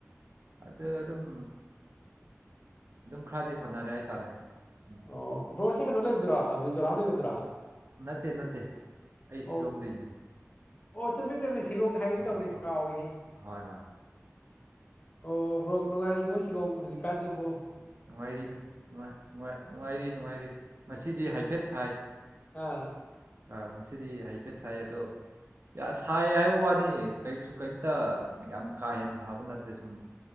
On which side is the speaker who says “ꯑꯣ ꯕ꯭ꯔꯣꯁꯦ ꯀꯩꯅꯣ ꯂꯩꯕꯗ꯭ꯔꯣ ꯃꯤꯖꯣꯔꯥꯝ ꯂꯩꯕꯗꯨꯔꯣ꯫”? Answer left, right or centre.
Left